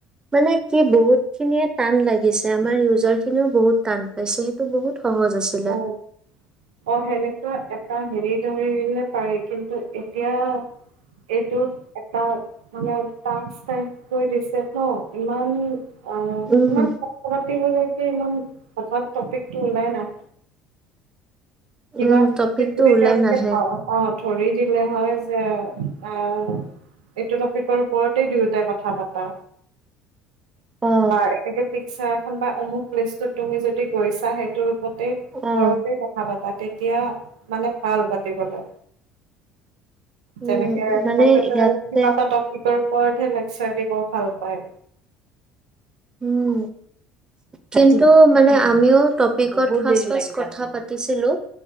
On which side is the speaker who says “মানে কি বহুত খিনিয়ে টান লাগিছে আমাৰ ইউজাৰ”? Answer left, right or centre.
Right